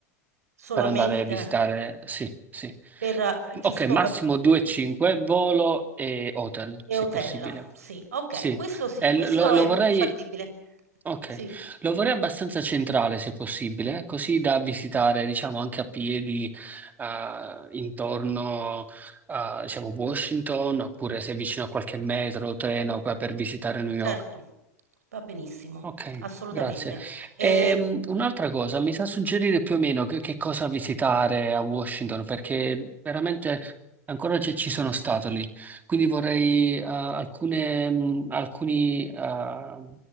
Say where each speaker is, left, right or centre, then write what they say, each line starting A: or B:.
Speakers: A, on the right; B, on the right.
A: solamente
B: per andare a visitare. Sì, sì.
A: per p giusto
B: Ok, massimo
A: uhm,
B: 2,5, volo e hotel,
A: e
B: se
A: hotel,
B: possibile.
A: sì, okay,
B: Sì,
A: questo sì,
B: Eh,
A: questo
B: lo, lo
A: è
B: vorrei
A: più fattibile.
B: Ok,
A: Sì.
B: lo vorrei abbastanza centrale se possibile, così da visitare, diciamo, anche a piedi eh, intorno a, diciamo, Washington, oppure se è vicino a qualche metro o treno per per visitare New York.
A: Certo, va benissimo,
B: Ok,
A: assolutamente.
B: grazie.
A: Ehm,
B: Ehm, un'altra cosa, mi sa suggerire più o meno che, che cosa visitare a Washington, perché veramente ancora ci ci sono stato lì. Quindi vorrei eh, alcune, mh, alcuni, eh,